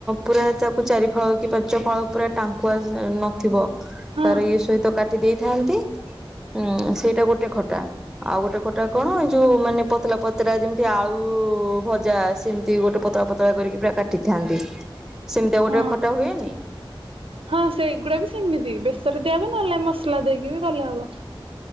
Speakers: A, in the centre; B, on the right (about 85°).
A: ପୁରା ତାକୁ ଚାରି ଫଳ କି ପାଞ୍ଚ ଫଳ ପୁରା ଟା କୁ ନଥିବ।
B: ହଁ
A: ତାର ଇଏ ସହିତ କାଟି ଦେଇଥାନ୍ତି ଉଁ ସେଇଟା ଗୋଟେ ଖଟା। ଆଉ ଗୋଟେ କଟା କଣ ଏଇ ଯୋଉ ମାନେ ପତଳା ପତଳାରା ଯେମିତି ଆଳୁ କୁ ଭଜା ସେମିତି ଗୋଟେ ପତଳା ପତଳା କରିକି କା ଟିଥାନ୍ତି ସେମିତି ଆଉ ଗୋଟେ
B: ହଁ
A: ଖଟା ହୁଏନି?
B: ହଁ ସେଇଗୁଡା ବି ସେମିତି ବେସର ଦିଆହବ ନହେଲେ ମସଲା ଦେଇକି କଲେ ହବ।